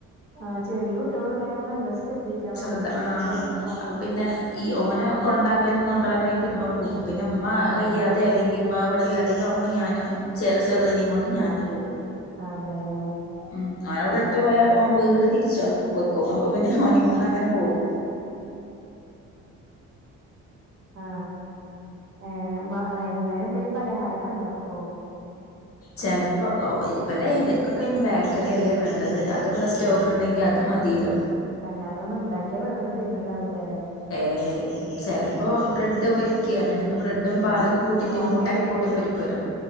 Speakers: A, on the right (about 45°); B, on the left (about 50°).
A: ആ ചെറിയ കുട്ടികൾക്ക ഉണ്ടെങ്കി നല്ല ശ്രദ്ധിക്കണം
B: ശ്രദ്ധ
A: റോട്ടിക്കൊക്കെ
B: ആഹ്
A: ഓടി പോണത്
B: അപ്പൊ പിന്നെ ഈ ഓനെ കൊണ്ടാക്കാനും കൊണ്ടരാനായിട്ട് ഇമ്മ പോകും പിന്നെ ഇമ്മ
A: ആഹ്
B: വയ്യാതെ അല്ലെങ്കിൽ ഇമ്മ ഇവിടെല്ലാതൊക്കെ ആവുമ്പോ ഞാനും ചെരുത്‌നെ കൊണ്ട് ഞാനും പോകും
A: അതെല്ലേ
B: ഉം അവനവിടെ
A: ആഹ്
B: ഇട്ട് പോയ ഓൻ വീട് തിരി <unintelligible> വെക്കും അപ്പൊ പിന്നെ ഓന കൊണ്ട് അങ്ങനെ പോവും
A: ആ ഏഹ് വൈകുന്നേരം എന്തെങ്കിലും പലഹാരൊക്കെ ഇണ്ടാക്കോ
B: ചെലപ്പോ ഓ ഇവടെ ഇവർക്കൊക്കെ അയിന് ബേക്കറി അല്ലേ വേണ്ടത് അത് തിവിടെ സ്റ്റോക്ക്
A: ആഹ്
B: ണ്ടെങ്കി അത് മതില്ലോ
A: അല്ലാതൊന്നും ഉണ്ടാക്കിയാ വെറുതെ തിന്നുണ്ടാവില്ലാല്ലേ
B: ഏ ചെലപ്പോ
A: ആഹ്
B: ബ്രെഡ് പൊരി <unintelligible> ബ്രഡും
A: അങ്ങനെ
B: പാലൊക്കെ കൂട്ടിട്ട്
A: ഉമ്മാക്ക്
B: മുട്ട
A: എന്തെങ്കിലും
B: കൂട്ടി പൊരിക്കുല്ലോ